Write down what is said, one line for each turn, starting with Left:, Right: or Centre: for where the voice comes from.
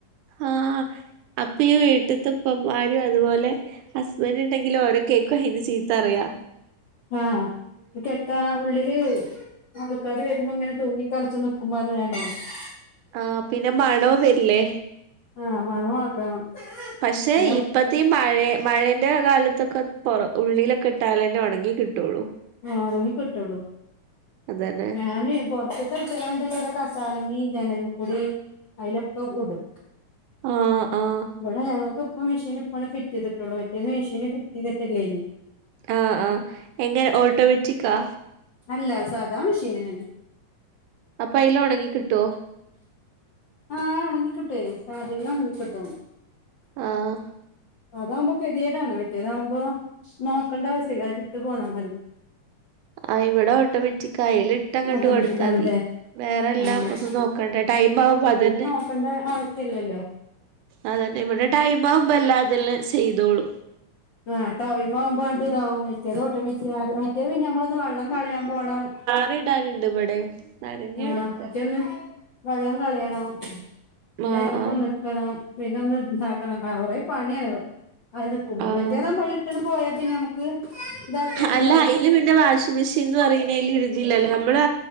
Right: ആഹ് അപ്പൊ ഈ വീട്ടത്തെ <unintelligible> അതുപോലെ ഇവര് ഉണ്ടെങ്കിലും അവിടെ കേക്കും. <unintelligible> ചീത്ത പറയുവ
Left: ആഹ് കെട്ടാ ഉള്ളില് ആൾക്കാര് വരുമ്പൊ ഇങ്ങനെ തൂങ്ങി കൾച്ച് നിക്കും. <unintelligible>
Right: ആഹ് പിന്നെ മണവും വരില്ലേ.
Left: ആഹ് മണം ആക്കണം
Right: പക്ഷെ
Left: ന്നാ
Right: ഇപ്പഴത്തെ മഴയ മഴേന്റെ കാലത്തൊക്കെ പറ ഉള്ളിലൊക്കെ ഇട്ടാലെ തന്നെ ഉണങ്ങി കിട്ടുള്ളു
Left: ആഹ് ഉണങ്ങി കിട്ടുള്ളൂ.
Right: അതന്നെ
Left: ഞാന് പുറത്ത് <unintelligible>
Right: ആഹ് ആഹ്
Left: ഇവിടെ ഞങ്ങൾക്ക് ഇപ്പ മെഷീന് <unintelligible> ഫിറ്റ് ചെയ്തിട്ടുള്ളോ. മറ്റേത് മിഷന് ഫിറ്റ് ചെയ്തിട്ടില്ലേ ഇനി
Right: ആഹ് ആഹ് എങ്ങനെ ഓട്ടോമാറ്റിക്കാ.
Left: അല്ല സാധാ മഷീനനണ്ട്.
Right: അപ്പൊ അയില് ഉണങ്ങി കിട്ടുവോ.
Left: ആഹ് ഉണങ്ങിക്കിട്ടുവെ. <unintelligible> ഉണങ്ങിക്കിട്ടും.
Right: ആഹ്
Left: അതാവുമ്പോ കെരിയേടാണ്. മറ്റേതാകുമ്പോ നോക്കേണ്ട ആവശ്യയില്ല. ഇട്ട് പോന്നാൽ മതി,
Right: ആഹ് ഇവിടെ ഓട്ടോമാറ്റിക് കൈയ്യിൽ ഇട്ടങ്ങോട്ട്
Left: ഓട്ടോമാറ്റിക്കാണ്ല്ലേ
Right: കൊടുത്താ മതി. വേറെ എല്ലാം
Left: ആഹ്
Right: ഒന്നും നോക്കണ്ടേ. ടൈം ആവുമ്പോ അതന്നെ
Left: <unintelligible> ആവശ്യ ഇല്ലല്ലോ.
Right: അതന്നെ. ഇവിടെ ടൈം ആവുമ്പോ എല്ലാം അതെല്ലാം ചെയ്തോളൂ.
Left: ആഹ്. ടൈമാവുമ്പോ ഇതാവും. മറ്റേത് ഓട്ടോമറ്റിക്ക മറ്റേത് പിന്നെ നമ്മളൊന്ന് വെള്ളം കളയാൻ പോകണം.
Right: <unintelligible> ഇടാനുണ്ട് ഇവിടെയും. നനഞ്ഞ്
Left: ആഹ്
Right: കെടക്കാ
Left: പിറ്റേന്ന് വെള്ളം കളയണം പിന്നെ
Right: ആഹ്
Left: <unintelligible>
Right: ആഹ്
Left: നിക്കണം. പിന്നൊന്ന് <unintelligible> കുറെ പണിയാണ് അത്. നിൽക്കുമ്പോ
Right: ആഹ്
Left: മറ്റേത് <unintelligible> പോയാ പിന്നെ നമുക്ക് ഇതാക്കിയാണ്ടാവും
Right: അല്ല അതില് പിന്നെ വാഷിംഗ് മെഷീൻ എന്ന് പറയുന്നതില് ഇതില്ലല്ലോ. നമ്മള്